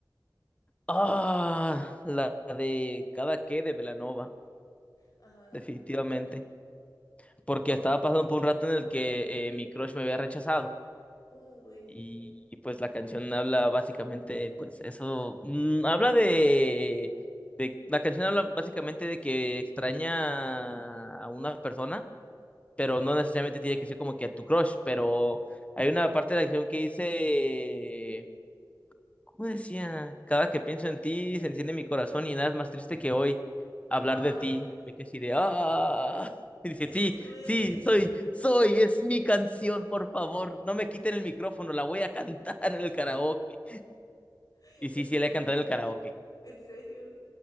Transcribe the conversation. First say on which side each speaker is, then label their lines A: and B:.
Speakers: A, on the left; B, on the left.
A: Ah, la de Cada que de Belanova,
B: Ajá.
A: definitivamente. Porque estaba pasando por un rato en el que eh, mi crush me había rechazado.
B: Uy.
A: Y, y, pues la canción habla básicamente, pues eso, mm, habla de, de, la canción habla básicamente de que extraña a una persona, pero no necesariamente tiene que ser como que a tu crush, pero hay una parte de la canción que dice Cómo decía, cada que pienso en ti se enciende mi corazón y nada es más triste que hoy hablar
B: Ay,
A: de ti. Me quedé así de ¡ah! <laughs> Y dije,
B: eso
A: sí,
B: duele,
A: sí, soy, soy, es mi canción, por favor, no me quiten el micrófono, la voy a cantar en el karaoke.
B: <laughs>
A: Y
B: eso
A: sí, sí, la
B: duele.
A: he cantado en el karaoke,
B: ¿En serio?